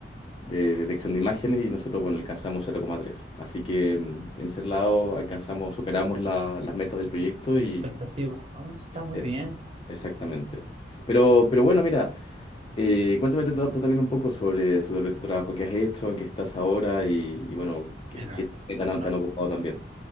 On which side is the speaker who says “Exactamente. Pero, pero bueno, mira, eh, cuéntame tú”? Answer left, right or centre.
Left